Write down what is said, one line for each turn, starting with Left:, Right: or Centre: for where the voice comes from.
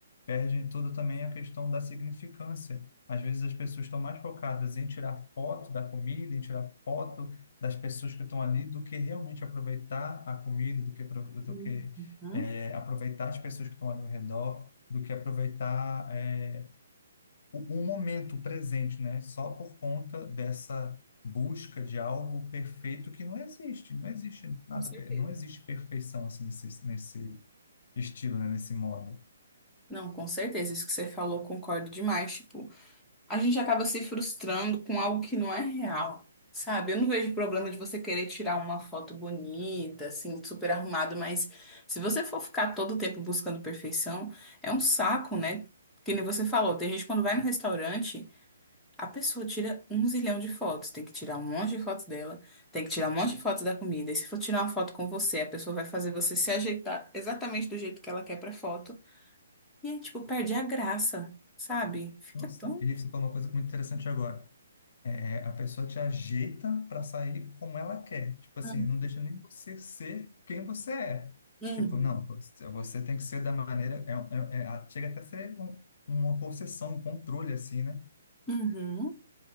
Left: perde toda também a questão da significância. Às vezes as pessoas estão mais focadas em tirar foto da comida, em tirar foto das pessoas que estão ali, do que realmente aproveitar a comida, do que, apro- do
Centre: Uhum.
Left: que é, aproveitar as pessoas que estão ali ao redor, do que aproveitar é, o, o momento presente, né? Só por conta dessa busca de algo perfeito que não existe, não existe nada,
Centre: Com certeza.
Left: per- não existe perfeição assim nesse, nesse estilo, né? Nesse modo.
Centre: Não, com certeza, isso que você falou, concordo demais, tipo. a gente acaba se frustrando com algo que não é real, sabe? Eu não vejo problema de você querer tirar uma foto bonita, assim, super arrumado, mas se você for ficar todo o tempo buscando perfeição, é um saco, né? Que nem você falou, tem gente que quando vai no restaurante, a pessoa tira um zilhão de fotos, tem que tirar um monte de fotos dela, tem que tirar um monte de fotos da comida. E se for tirar uma foto com você, a pessoa vai fazer você se ajeitar exatamente do jeito que ela quer pra foto. E aí, tipo, perde a graça, sabe? Fica
Left: Nossa,
Centre: tão
Left: e você falou uma coisa muito interessante agora. É, a pessoa te ajeita para sair como ela quer. Tipo assim,
Centre: Hum.
Left: não deixa nem você ser quem você é.
Centre: Uhum.
Left: Tipo, não, você você tem que ser da maneira. É, é, é, a- chega até a ser um- uma possessão, um controle, assim, né?
Centre: Uhum.